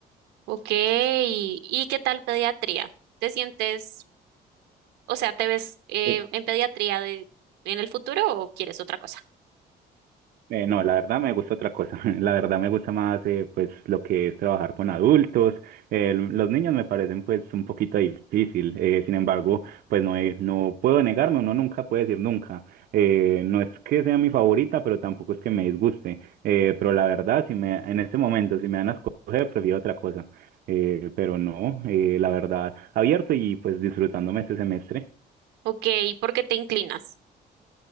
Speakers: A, on the right; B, on the right.
A: Ok, ¿y, y qué tal pediatría? ¿Te sientes, o sea, te ves eh,
B: eh,
A: en pediatría de, en el futuro o quieres otra cosa?
B: Eh, no, la verdad me gusta otra cosa. <laughs> La verdad me gusta más eh, pues lo que es trabajar con adultos. Eh, los niños me parecen pues un poquito difícil. Eh, sin embargo, pues no he- no puedo negarme, uno nunca puede decir nunca. Eh, no es que sea mi favorita, pero tampoco es que me disguste. Eh, pero la verdad, si me en este momento si me dan a escoger, prefiero otra cosa. Eh, pero no, eh, la verdad, abierto y pues disfrutándome este semestre.
A: Ok, ¿por qué te inclinas?